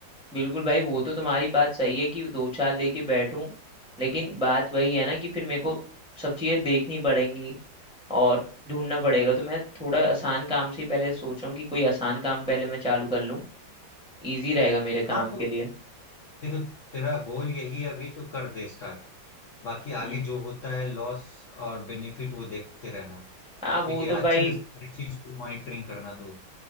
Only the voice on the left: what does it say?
हाँ
तो
देखो तेरा गोल यही है अभी तो कर दे स्टार्ट बाकी
आगे जो होता है लॉस और बेनिफिट वो देखते रहना
ठीक है
अच्छे से सारी चीज को मॉनिटरिंग करना तू